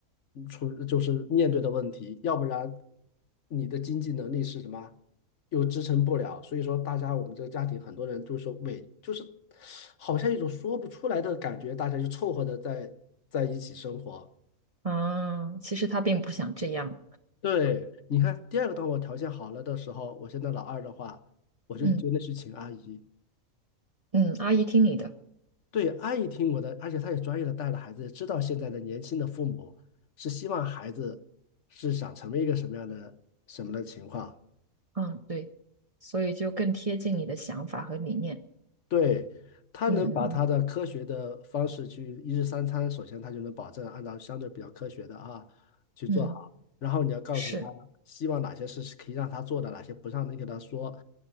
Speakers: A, on the left; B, on the right.
A: 出，就是面对的问题，要不然你的经济能力是什么，又支撑不了，所以说大家我们这个家庭很多人就是说，委，就是好像一种说不出来的感觉，大家就凑合着在在一起生活。
B: 啊，其实他并不想这样。
A: 对，你看第二个，当我条件好了的时候，我现在老二的话，我就真的去请阿姨。
B: 嗯嗯，阿姨听你的。
A: 对，阿姨听我的，而且她也专业的带了孩子，也知道现在的年轻的父母是希望孩子是想成为一个什么样的什么的情况。
B: 嗯，对，所以就更贴近你的想法和理念。
A: 对，她能把她的科学的方式去一日三餐，
B: 嗯嗯
A: 首先她就能保证按照相对比较科学的啊去做好，
B: 嗯，嗯
A: 然后你要告诉她希望哪些事是可以让她做的，
B: 是，
A: 哪些不让你给她说，